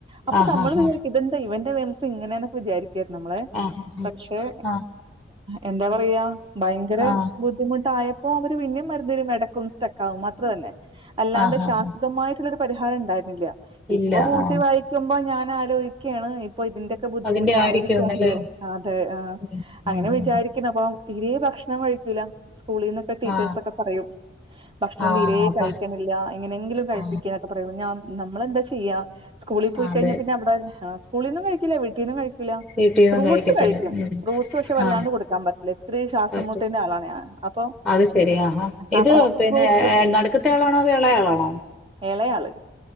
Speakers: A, on the right; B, in the centre.
A: അപ്പൊ
B: ആ
A: നമ്മൾ
B: ഹാ ഹാ
A: ഇതെ ഇവന്റെ ഇത് ഇങ്ങനെ ന്നൊക്കെ വിചാരിക്കെ നമ്മളെ
B: ആ ഹാ ഹാ
A: പക്ഷെ
B: ആ
A: എന്താപ്പറിയ ഭയങ്കര
B: ആ
A: ബുദ്ധിമുട്ടായപ്പോ അവര് പിന്നെ മരുന്നരും എടക്കൊന്ന് സ്റ്റെക്കാവും അത്ര തന്നെ അല്ലാത
B: ആ ഹാ
A: ശാശ്വതമായിട്ടുള്ളൊരു
B: ഹാ
A: പരിഹാരം ഉണ്ടായിരുന്നില്ല ഇപ്പൊ
B: ഇല്ല
A: കൂട്ടി
B: ആ
A: വായി ക്കുമ്പോ ഞാനായാലും ഇക്ക്യേണ് ഇപ്പൊ ഇതിന്റെ ബുദ്ധിമുട്ടായിരിക്കും
B: അതിന്റെ ആയിരിക്കുംന്നല്ലേ
A: അവന്ക് അതെ
B: ഉം
A: അങ്ങനെ
B: ഉം ഉം
A: വിചാരിക് അപ്പൊ തീരെ ഭക്ഷണം കഴിക്കൂല സ്കൂളിന്നൊക്കെ ടീച്ചേഴ്
B: ആ
A: സൊക്കെ പറയും. ഭക്ഷണം
B: ആ
A: തീരെ
B: അപ്പ
A: കയ്ക്ണില്ല എങ്ങനെങ്കിലും കഴിപ്പി
B: ആ
A: പറയും ഞ നമ്മളെന്താ ചെയ്യാ സ്കൂളിൽ പോയി
B: അതെ
A: കഴിഞ്ഞാ പിന്നെ അവിടെ സ്കൂളീന്നും കഴിക്കില്ലേ വീട്ടീന്നും കഴിക ല
B: വീട്ടീന്നും
A: ഫ്രൂട്ട്സ്
B: കഴിക്കത്തില്ല
A: കഴിക്ക്യും.
B: ഉം
A: ഫ്രൂട്ട്സ് പക്ഷെ വല്ലാണ്ട്
B: ആ
A: കൊടുക്കാൻ പറ്റില്ല ഇത്രീ ശ്വാസം
B: പറ്റും
A: മുട്ടിന്റെ ആളാണ് അപ്പൊ
B: അത് ശെരി ഹ ഹാ. ഇത്
A: അപ്പൊ
B: പിന്നെ
A: ഫ്രൂട്ട്സ്
B: നടുക്കത്തെ ആളാണോ അതൊ എളെ യാളാണോ
A: എളെ ആള്.